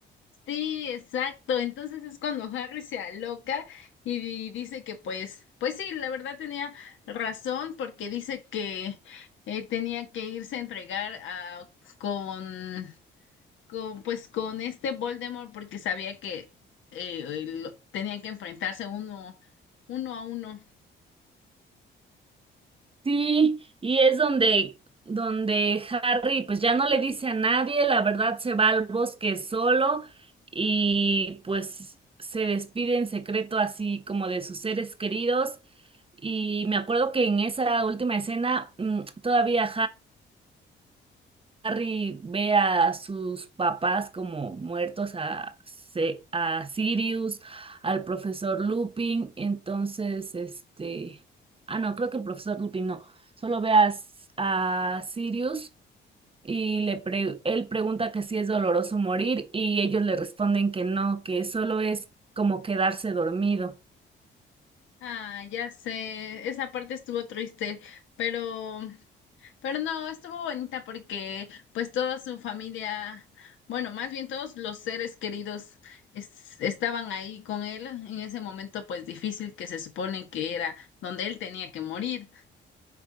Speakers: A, on the left (about 75°); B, on the right (about 25°).
A: Sí, exacto. Entonces es cuando Harry se aloca y di- dice que pues, pues sí, la verdad tenía razón porque dice que eh, tenía que irse a entregar a, con, con, pues con este Voldemort porque sabía que eh, lo- tenía que enfrentarse uno, uno a uno.
B: Sí, y es donde, donde Harry pues ya no le dice a nadie, la verdad se va al bosque solo y pues se despide en secreto así como de sus seres queridos. Y me acuerdo que en esa última escena mm, todavía Harry ve a sus papás como muertos, a, Se- a Sirius, al profesor Lupin, entonces, este, ah, no, creo que el profesor Lupin no, solo ve a, S- a Sirius y le pre- él pregunta que si es doloroso morir y ellos le responden que no, que solo es como quedarse dormido.
A: Ah, ya sé, esa parte estuvo triste, pero Pero no, estuvo bonita porque pues toda su familia, bueno, más bien todos los seres queridos es- estaban ahí con él en ese momento pues difícil que se supone que era donde él tenía que morir.